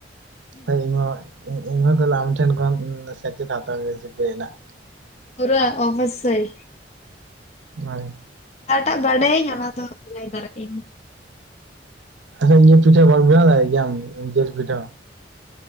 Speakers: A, on the right; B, on the left.
A: ᱦᱚᱭ ᱤᱧᱦᱚ ᱤᱧᱦᱚᱸ ᱛᱟᱦᱮᱞᱮ ᱟᱢ ᱴᱷᱮᱱ ᱠᱷᱚᱱ ᱥᱮᱪᱮᱫ ᱦᱟᱛᱟᱣ ᱦᱩᱭᱩᱜ-ᱟ ᱨᱮᱥᱤᱯᱤ ᱨᱮᱱᱟᱜ᱾
B: ᱯᱩᱨᱟᱹ ᱚᱵᱚᱥᱳᱭ᱾
A: ᱦᱚᱸᱭ
B: ᱡᱟᱦᱟᱸᱴᱟᱜ ᱵᱟᱰᱟᱭᱟᱹᱧ ᱚᱱᱟ ᱫᱚ ᱞᱟᱹᱭ ᱫᱟᱲᱮᱜ ᱟᱹᱧ᱾
A: ᱟᱪᱪᱷᱟ ᱤᱭᱟᱹ ᱯᱤᱴᱷᱟᱹ ᱠᱚᱢ ᱵᱮᱱᱟᱣ ᱫᱟᱲᱮᱭᱟᱜ ᱜᱮᱭᱟᱢ ᱡᱮᱞ ᱯᱤᱴᱷᱟᱹ?